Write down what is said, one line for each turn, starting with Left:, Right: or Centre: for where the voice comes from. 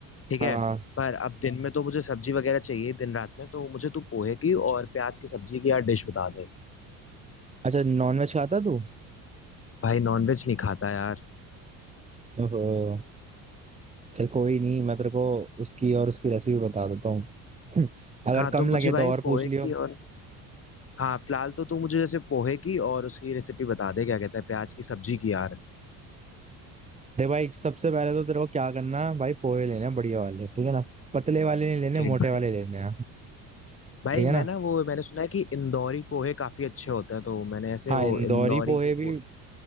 Left: ठीक
Right: हाँ
Left: है पर अब दिन में तो मुझे सब्जी वगैरह चाहिए दिन रात में तो मुझे तू पोहे की और प्याज की सब्जी की यार डिश बता दे
Right: अच्छा नॉनवेज खाता तू
Left: भाई नॉनवेज नहीं खाता यार
Right: ओहो। चल कोई नहीं मैं तेरे को उसकी और उसकी रेसिपी बता देता हूँ <laughs> अगर
Left: हाँ
Right: कम
Left: तो मुझे
Right: लगे
Left: भाई
Right: तो और पूछ
Left: पोहे
Right: लियो
Left: की और हाँ फिलहाल तो तू मुझे जैसे पोहे की और उसकी रेसिपी बता दे क्या कहता है प्याज की सब्जी की यार
Right: दे भाई सबसे पहले तो तेरे को क्या करना है भाई पोहे लेने हैं बढ़िया वाले ठीक है ना पतले वाले नहीं लेने
Left: ठीक
Right: मोटे
Left: भाई
Right: वाले लेने हैं
Left: भाई
Right: ठीक है
Left: मैं
Right: ना
Left: ना वो मैंने सुना है कि इंदौरी पोहे काफी अच्छे होते हैं तो मैंने ऐसे
Right: हाँ
Left: वो
Right: इंदौरी
Left: इंदौरी
Right: पोहे
Left: के
Right: भी
Left: पोहे